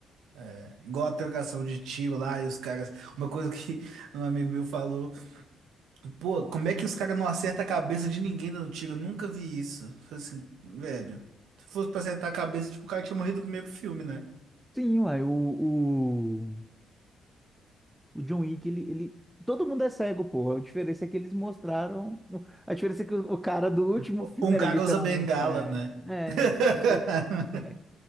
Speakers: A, on the right; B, in the centre.
A: é, Igual a trocação de tiro lá e os caras. Uma coisa que um amigo meu falou. Pô, como é que os caras não acertam a cabeça de ninguém dando tiro? Eu nunca vi isso. Falei assim, velho. Se fosse pra acertar a cabeça, tipo, o cara tinha morrido no primeiro filme, né?
B: Sim, uai, o, o, o John Wick, ele, ele. Todo mundo é cego, pô. A diferença é que eles mostraram. A diferença é que o, o cara do último
A: Ou
B: filme
A: Um
B: era
A: cara
B: literalmente
A: usa bengala,
B: cego.
A: né?
B: É,
A: <laughs>
B: essa foi a diferença, velho.